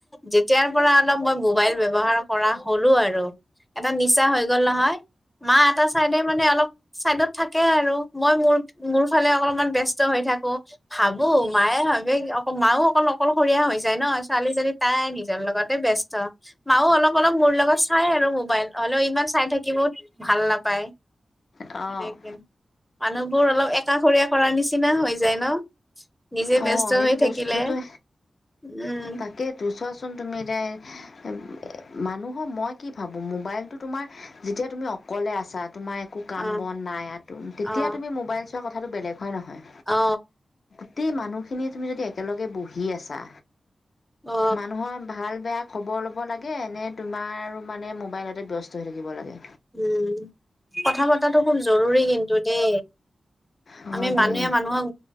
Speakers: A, in the centre; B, on the left.
A: যেতিয়াৰ পৰা অলপ মই মোবাইল ব্যৱহাৰ কৰা হ'লো আৰু এটা নিচা হৈ গ'ল নহয়। <unintelligible> এটা চাইডে মানে অলপ চাইডত থাকে আৰু মই মোৰ-মোৰ ফালে অলপমান ব্যস্ <unintelligible> হৈ থাকো। ভাবো মায়ে ভাবে অক মাও অকল অকলশৰীয়া হৈ যায় ন', ছোৱালীজনী তাই নিজৰ লগতে ব্যস্ত মাও অলপ অলপ মোৰ লগত চাই আৰু মোবাইল হ'লেও ইমান চাই থাকিব ভাল নাপায়।
B: অ'
A: সেনেকে মানুহবোৰ অলপ একাষৰীয়া কৰাৰ নিচিনা হৈ যায় ন'? নিজে
B: অ',
A: ব্যস্ত
B: এইটো
A: হৈ থাকিলে
B: বস্তুটোৱে
A: উম।
B: তাকেইতো চোৱাচোন তুমি এতিয়া মানুহৰ মই কি ভাবোঁ মোবাইলটো তোমাৰ যেতিয়া তুমি অক অকলে আছা, তোমাৰ একো কাম
A: অ
B: বন নাই আ। তেতিয়া
A: অ
B: তুমি মোবাইল চোৱা কথাটো বেলেগ হয় নহয়?
A: অ।
B: গোটেই মানুহখিনি তুমি যদি একেলগে বহি আছা,
A: অ
B: মানুহৰ ভাল বেয়া খবৰ ল'ব লাগে নে তোমাৰ আৰু মানে মোবাইলতে ব্যস্ত হৈ থাকিব লাগে?
A: উম, কথা পতাটো খুব জৰুৰী কিন্তু দে।
B: হয়
A: আমি
B: দেই
A: মানুহে মানুহক